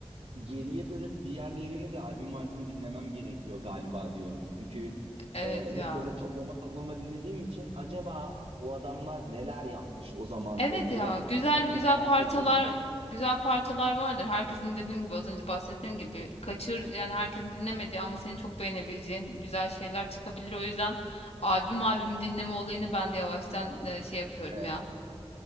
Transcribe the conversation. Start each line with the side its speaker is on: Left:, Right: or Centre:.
Right: geriye dönüp diğerlerini de albüm albüm dinlemem gerekiyor galiba diyorum. Çünkü
Left: Evet
Right: e, hep
Left: ya.
Right: böyle toplama toplama dinlediğim için acaba bu adamlar neler yapmış o zamanda
Left: Evet
Right: diye
Left: ya. Güzel
Right: çok böyle
Left: güzel
Right: merak
Left: parçalar
Right: ediyorum.
Left: güzel parçalar vardır. Herkesin dediğim gibi az önce bahsettiğim gibi kaçır yani herkesin dinlemediği ama senin çok beğenebileceğin güzel şeyler çıkabilir. O yüzden albüm albüm dinleme olayını ben de yavaştan e, şey yapıyorum
Right: Evet.
Left: ya.